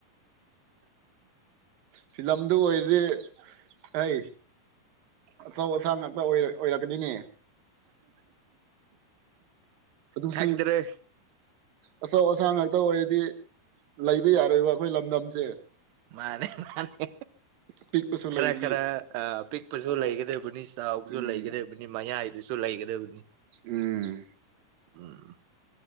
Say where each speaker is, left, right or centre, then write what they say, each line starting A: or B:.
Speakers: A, on the right; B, on the right.
A: ꯐꯤꯂꯝꯗꯨ ꯑꯣꯏꯔꯦ ꯑꯩ ꯑꯆꯧ ꯑꯁꯥꯡ ꯉꯥꯛꯇ ꯑꯣꯏꯔꯛꯀꯅꯤꯅꯦ ꯑꯗꯨꯁꯨ
B: ꯈꯪꯗ꯭ꯔꯦ
A: ꯑꯆꯧ ꯑꯁꯥꯡ ꯉꯥꯛꯇ ꯑꯣꯏ ꯗꯤ ꯂꯩꯕ ꯌꯥꯔꯣꯏꯕ ꯑꯩꯈꯣꯏ ꯂꯝꯗꯝꯁꯦ
B: ꯃꯥꯅꯦ ꯃꯥꯅꯦ
A: ꯑꯄꯤꯛꯄꯁꯨ
B: ꯈꯔ
A: ꯂꯩꯕꯒꯤ
B: ꯈꯔ ꯑꯥ ꯄꯤꯛꯄꯁꯨ ꯂꯩꯒꯗꯕꯅꯤ ꯆꯥꯎꯕꯁꯨ
A: ꯎꯝ
B: ꯂꯩꯒꯗꯕꯅꯤ ꯃꯌꯥꯏꯗꯨꯁꯨ ꯂꯩꯒꯗꯕꯅꯤ
A: ꯎꯝ
B: ꯎꯝ